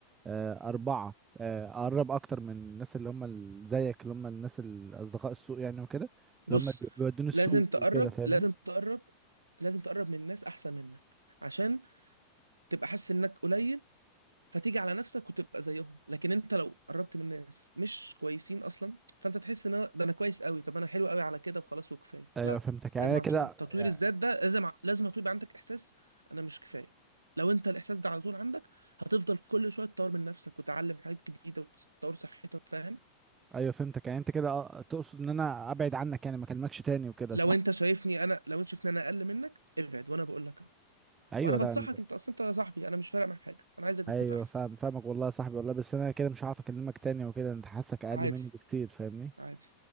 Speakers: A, on the right; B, on the right.
A: آه، اربعة آه، اقرب اكتر من الناس اللي هم ال- زيك اللي هم الناس الاصدقاء السوق يعني وكده
B: بص
A: اللي هم بي- بيودوني السوق
B: لازم تقرب
A: وكده فاهمني
B: لازم تقرب لازم تقرب من ناس احسن منك عشان تبقى حاسس انك قليل فتيجي على نفسك وتبقى زيهم لكن انت لو قربت من ناس مش كويسين اصلا فانت تحس ان أنا- ده انا كويس قوي طب انا حلو قوي على كده وخلاص وكفايه
A: ايوه
B: لا
A: فهمتك يعني
B: لازم
A: أنا
B: عشان
A: كده
B: تطوير
A: يعني
B: الذات ده لازم ع- لازم يبقى عندك احساس انا مش كفايه لو انت الاحساس ده على طول عندك هتفضل كل شويه تطور من نفسك وتتعلم حاجات جديده وتطور صحتك فاهم
A: ايوه فهمتك يعني انت كده أه، تقصد ان انا ابعد عنك يعني ما اكلمكش تاني وكده
B: لو
A: صح
B: انت شايفني انا لو انت شايفني انا اقل منك ابعد وانا بقول لك
A: ايوه
B: وانا بنصحك
A: لا
B: انت اصلا انت صاحبي انا مش فارق معاك في حاجه انا عايزك بس
A: ايوه
B: تبقى احسن
A: فاهم فاهمك والله يا صاحبي والله بس انا كده مش هعرف اكلمك تاني وكده انت حاسك اقل
B: عادي
A: مني بكتير فاهمني
B: عادي